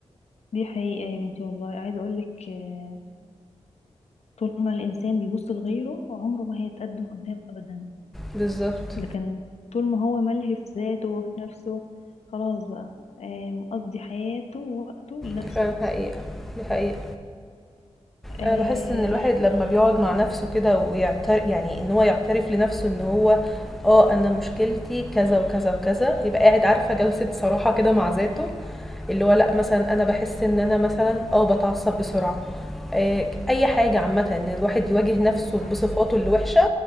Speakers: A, on the left; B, in the centre.
A: دي حقيقة يا بنتي والله عايزة أقولك آه، طول ما الإنسان بيبص لغيره عمره ما هيتقدم قدام أبدا
B: بالظبط
A: لكن طول ما هو ملهي في ذاته وفي نفسه خلاص بقى آه، مقضي حياته ووقته لنفسه
B: دي فعلا حقيقة دي حقيقة
A: آه،
B: أنا باحس إن الواحد لمّا بيقعد مع نفسه كده ويعت يعني إن هو يعترف لنفسه إن هو آه، أنا مشكلتي كذا وكذا وكذا، يبقى قاعد عارفة جلسة صراحة كده مع ذاته، اللي هو لأ مثلًا أنا باحس إن أنا مثلًا آه، باتعصب بسرعة، آآ أي حاجة عامةً إن الواحد يواجه نفسه
A: صح
B: بصفاته الوحشة،